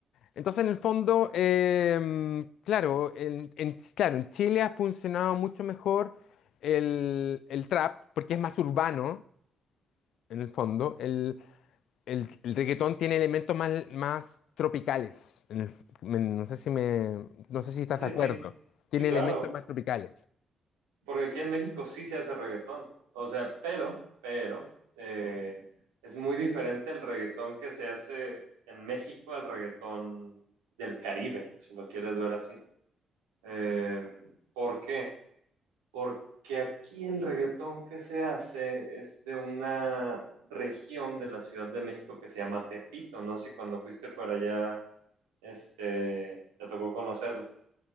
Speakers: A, on the left (about 75°); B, on the right (about 85°).
A: Entonces, en el fondo, em, claro, en, en- claro, en Chile ha funcionado mucho mejor el, el trap porque es más urbano, en el fondo. El, el, el reggaetón tiene elementos más, más tropicales. en el- en- no sé si me, no sé si estás
B: Sí,
A: de acuerdo.
B: sí, sí, sí,
A: Tiene
B: claro.
A: elementos más tropicales.
B: Porque aquí en México sí se hace reggaetón. O sea, pero, pero, eh, es muy diferente el reggaetón que se hace en México al reggaetón del Caribe, si lo quieres ver así. Eh, ¿por qué? porque aquí el reggaetón que se hace es de una región de la Ciudad de México que se llama Tepito, no sé si cuando fuiste por allá, este, te tocó conocerlo.